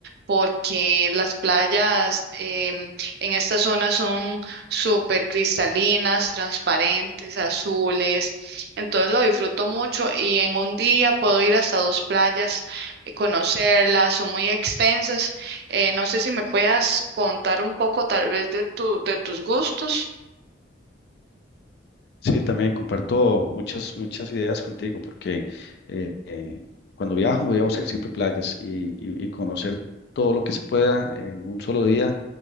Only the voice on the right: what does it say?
porque las playas em, en esta zona son súper cristalinas, transparentes, azules. Entonces lo disfruto mucho y en un día puedo ir hasta dos playas, eh, conocerlas, son muy extensas. Eh, no sé si me puedas contar un poco tal vez de tu, de tus gustos.